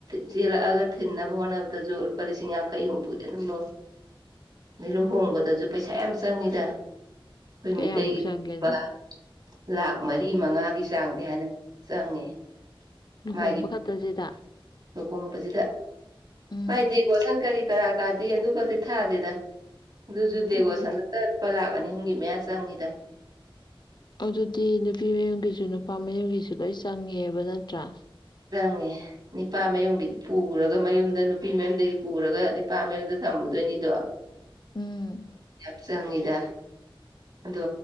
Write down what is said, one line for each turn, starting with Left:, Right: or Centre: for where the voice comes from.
Right: ꯆꯦꯜꯂꯥꯛꯑꯒ ꯊꯤꯟꯅꯕ ꯍꯣꯠꯅꯕꯗꯖꯨ ꯂꯨꯄꯥ ꯂꯤꯁꯤꯡ ꯌꯥꯡꯈꯩ ꯍꯨꯝꯐꯨꯗꯤ ꯑꯗꯨꯝ ꯂꯣꯏ ꯑꯗꯩ ꯂꯨꯍꯣꯡꯕꯗꯖꯨ ꯄꯩꯁꯥ ꯌꯥꯝ ꯆꯪꯉꯤꯗ ꯑꯩꯈꯣꯏ
Left: ꯀꯌꯥꯃꯨꯛ
Right: ꯃꯤꯇꯩꯒꯤ ꯂꯨꯄꯥ
Left: ꯆꯪꯒꯦꯅꯦ
Right: ꯂꯥꯛ ꯃꯔꯤ ꯃꯉꯥꯒꯤ ꯆꯥꯡꯗꯤ ꯍꯥꯏꯅ ꯆꯪꯉꯦ
Left: ꯂꯨꯍꯣꯡꯕ
Right: ꯃꯥꯒꯤ
Left: ꯈꯛꯇꯁꯤꯗ
Right: ꯂꯨꯍꯣꯡꯕꯖꯤꯗ
Left: ꯎꯝ
Right: ꯃꯥꯏ ꯗꯦꯕꯣꯁꯟ ꯀꯔꯤ ꯀꯔꯥ ꯀꯥꯗꯤ ꯑꯗꯨꯀꯇꯤ ꯊꯥꯗꯦꯗ ꯑꯗꯨꯖꯨ ꯗꯦꯀꯣꯁꯟꯗꯇ
Left: ꯎꯝ
Right: ꯂꯨꯄꯥ ꯂꯥꯛ ꯑꯅꯤ ꯑꯍꯨꯝꯒꯤ ꯃꯌꯥ ꯆꯪꯉꯤꯗ
Left: ꯑꯗꯨꯗꯤ ꯅꯨꯄꯤ ꯃꯌꯨꯝꯒꯤꯖꯨ ꯅꯨꯄꯥ ꯃꯌꯨꯝꯒꯤꯖꯨ ꯂꯣꯏ ꯆꯪꯉꯦꯕ ꯅꯠꯇ꯭ꯔꯥ
Right: ꯆꯪꯉꯦ ꯅꯤꯄꯥ ꯃꯌꯨꯝꯒꯤꯗꯤ ꯄꯨꯔꯒ ꯃꯌꯨꯝꯗ ꯅꯨꯄꯤ ꯃꯌꯨꯝꯗꯒꯤ ꯄꯨꯔꯒ ꯅꯤꯄꯥ ꯃꯌꯨꯝꯗ ꯊꯝꯃꯨꯗꯣꯏꯅꯤꯗꯣ
Left: ꯎꯝ
Right: ꯌꯥꯝ ꯆꯪꯉꯤꯗ ꯑꯗꯣ